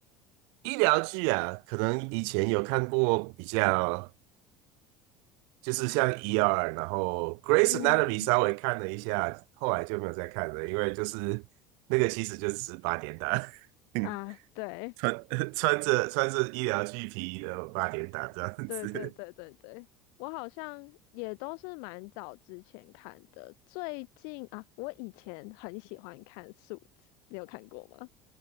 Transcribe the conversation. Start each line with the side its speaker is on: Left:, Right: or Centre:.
Right: 医疗剧啊，可能以前有看过比较，就是像 ER，然后 g r a c
Left: 嗯，
Right: e Anatomy 稍微看了一下，后来就没有再看了，因为就是那个其实就只是八点档，<laughs> 嗯
Left: 啊，对。
Right: 穿 <laughs> 穿着穿着医疗剧皮的八点档这样子。
Left: 对对对对对，我好像也都是蛮早之前看的。最近啊，我以前很喜欢看《素子》，你有看过吗？